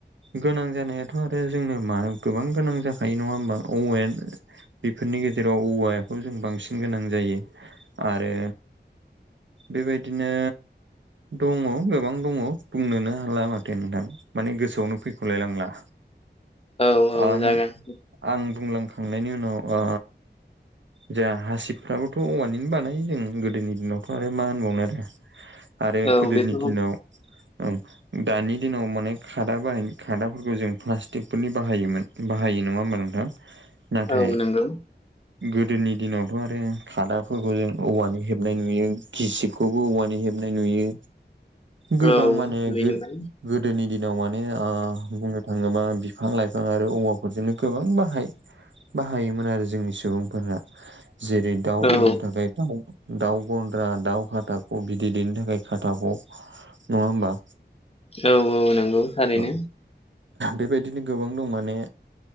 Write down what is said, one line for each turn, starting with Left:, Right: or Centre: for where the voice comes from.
Right: गोनां जानायाथ' आरो जोंनो मा गोबां गोनां जाखायो नङा होमबा औवायानो बेफोरनि गेजेराव औवाखौ जों बांसिन गोनां जायो आरो बेबायदिनो दङ' गोबां दङ' बुंनोनो हाला माथो नोंथां माने गोसोआवनो फैख'लाय लांला
Left: औ औ
Right: आ नों
Left: जागोन
Right: आं बुंलांखांनायनि उनाव ओ जोंहा हासिबफ्राबोथ औवानिनो बानायो जों गोदोनि दिनावथ आरो मा होनबावनो आरो
Left: <inaudible>
Right: आरो गोदोनि
Left: बेफोरखौ
Right: दिनाव औ दानि दिनाव माने खादा बाहाय खादाफोरखौ जों प्लास्टिकफोरनि बाहायोमोन बाहायो नङा होमबा नोंथां नाथाय
Left: औ नंगौ
Right: गोदोनि दिनावथ आरो खादाफोरखौ जों औवानि हेबनाय नुयो गिसिबखौबो औवानि हेबनाय नुयो गोबां
Left: औ
Right: माने
Left: लुयोमोन
Right: गोदोनि दिनाव माने बुंनो थाङोबा बिफां लाइफां आरो औवाफोरजोंनो गोबां बाहाय बाहायोमोन आरो जोंनि सुबुंफोरा जेरै दाउ
Left: औ
Right: दोननो थाखाय दाउ दाउ गन्द्रा दाउ खाथाख बिदै दैनो थाखाय खाथाख नङा होमबा
Left: औ औ नंगौ थारैनो
Right: औ बेबायदिनो गोबां दं माने